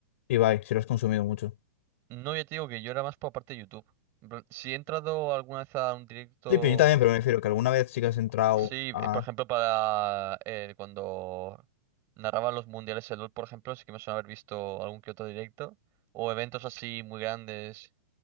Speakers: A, on the left (about 55°); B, on the right (about 30°).
A: Ibai, si lo has consumido mucho.
B: No, ya te digo que yo era más por la parte de YouTube. En plan, Si he entrado alguna vez a un directo
A: Sí, pero yo también, pero me refiero que alguna vez sí que has entrado
B: Sí,
A: a...
B: eh, por ejemplo, para eh, cuando narraban los mundiales de LOL, por ejemplo, sí que me suena haber visto algún que otro directo o eventos así muy grandes